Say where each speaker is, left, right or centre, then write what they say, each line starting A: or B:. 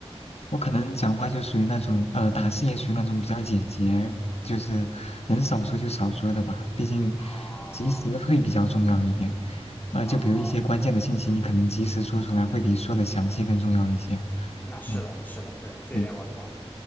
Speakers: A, on the left (about 70°); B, on the left (about 15°).
A: 我可能讲话就属于那种，呃，打字也属于那种比较简洁，就是能少说就少说的吧。毕竟
B: 啊
A: 及时会比较重要一点。呃，
B: 啊，
A: 就比如一些关键的信息，你可能及时说出来，会比说的详细更重要一些。
B: 那是的，
A: 嗯，
B: 是的，对，这一点我同意。
A: 对。